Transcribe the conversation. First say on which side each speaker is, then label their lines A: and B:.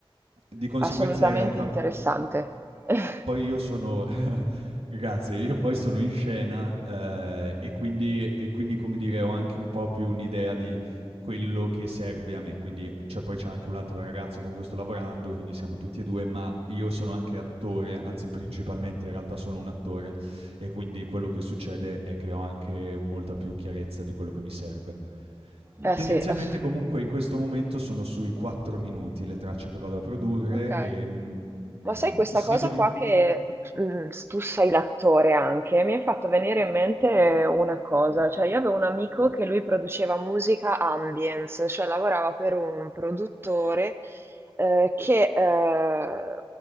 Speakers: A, on the right; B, on the right.
A: Di conseguenza
B: Assolutamente
A: in realtà
B: interessante. <laughs>
A: poi io sono <laughs> Grazie, io poi sono in scena, ehm, e quindi e quindi, come dire, ho anche un po' più un'idea di quello che serve a me. Quindi cioè poi c'è anche un altro ragazzo con cui sto lavorando, quindi siamo tutti e 2, ma io sono anche attore, anzi principalmente in realtà sono un attore, e quindi quello che succede è che ho anche molta più chiarezza di quello che mi serve.
B: Eh
A: Tendenzialmente
B: sì, ass-
A: comunque in questo momento sono sui 4 minuti le tracce che vado a produrre,
B: ok.
A: ehm,
B: Ma sai questa
A: se
B: cosa
A: dove
B: qua che mm, tu sei l'attore anche, mi ha fatto venire in mente una cosa, cioè io avevo un amico che lui produceva musica ambience, cioè lavorava per un produttore eh, che eh,